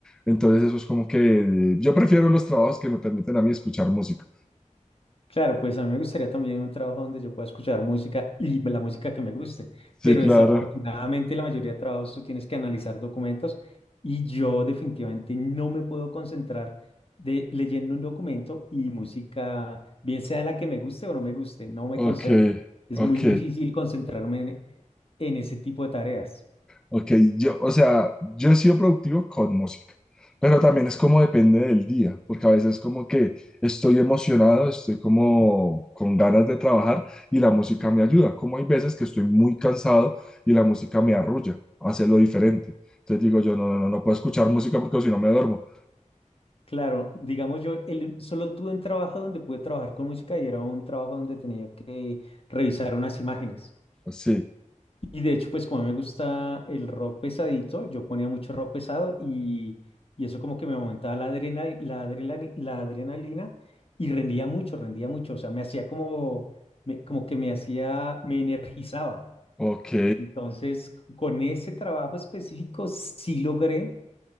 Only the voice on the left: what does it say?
Claro, pues a mí me gustaría también un trabajo donde yo pueda escuchar música y la música que me guste,
pero
desafortunadamente la mayoría de trabajos tú tienes que analizar documentos y yo definitivamente no me puedo concentrar de leyendo un documento y música, bien sea la que me guste o no me guste, no me
concentro. Es
muy difícil concentrarme en, en ese tipo de tareas.
Claro, digamos yo el- solo tuve un trabajo donde pude trabajar con música y era un trabajo donde tenía que revisar unas imágenes.
Y de hecho, pues como a mí me gusta el rock pesadito, yo ponía mucho rock pesado y, y eso como que me aumentaba la adrena, la adrenalina, la adrenalina y rendía mucho, rendía mucho. O sea, me hacía como, me- como que me hacía, me energizaba.
Entonces, c- con ese trabajo específico sí logré